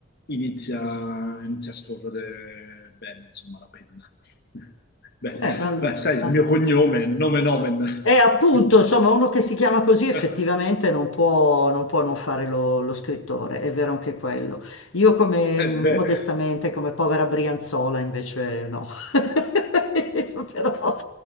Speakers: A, on the left; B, on the left.
A: inizia, inizia a scorrere bene, insomma, la penna. <laughs> Beh,
B: allora.
A: beh, sai, il
B: ah.
A: mio cognome, nome nomen
B: E appunto,
A: <laughs>
B: insomma, uno che si chiama così effettivamente
A: omen.
B: non può non, può non fare lo, lo scrittore, è vero anche quello. Io come
A: Eh
B: modestamente,
A: beh.
B: come povera Brianzola, invece no. <laughs> Però